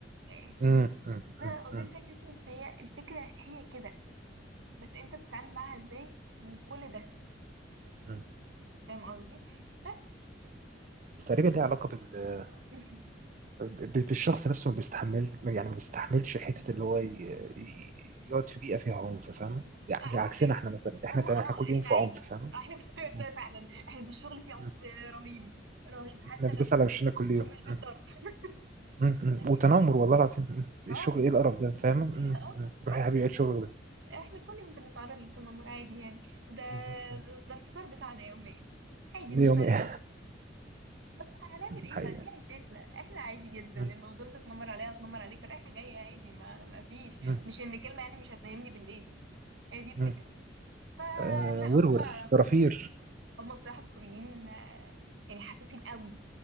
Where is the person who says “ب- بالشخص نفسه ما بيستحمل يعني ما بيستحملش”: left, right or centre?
Right